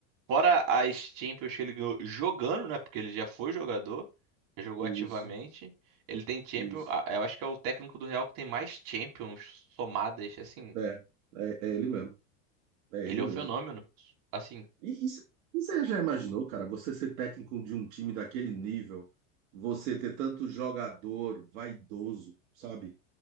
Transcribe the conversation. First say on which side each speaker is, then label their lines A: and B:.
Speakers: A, on the right; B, on the right.
A: fora as Champions que ele ganhou jogando, né? Porque ele já foi jogador, já jogou
B: Isso,
A: ativamente. Ele tem Champions,
B: isso.
A: ah, eu acho que é o técnico do Real que tem mais Champions somadas, assim.
B: É, é, é ele mesmo. É ele
A: Ele é
B: mesmo.
A: um fenômeno. Assim,
B: E, e, c- e você já imaginou, cara, você ser técnico de um time daquele nível, você ter tanto jogador vaidoso, sabe?